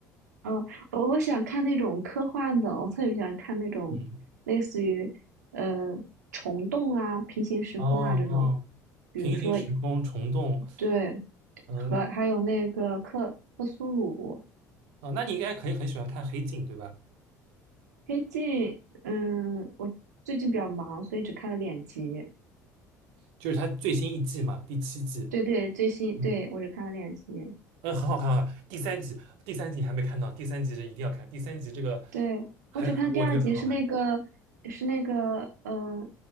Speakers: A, on the right; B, on the right.
A: 哦，我我想看那种科幻的，我特别想看那种类似于呃虫洞啊、
B: 嗯。
A: 平行时空啊这种，
B: 哦哦，
A: 比如说
B: 平行时空虫洞，
A: 对，
B: 嗯
A: 和还有那个克克苏鲁
B: 哦，那你应该可以很喜欢看《黑镜》对吧？
A: 黑镜，嗯，我最近比较忙，所以只看了两集。
B: 就是它最新一季嘛，第七季，
A: 对对，最新，
B: 嗯
A: 对，我只看了两集。
B: 嗯，很好看啊。第三集，第三集你还没看到，第三集是一定要看，第三集这个
A: 对，
B: 很很，
A: 我只看第二集是那个
B: 我觉得很好看。
A: 是那个呃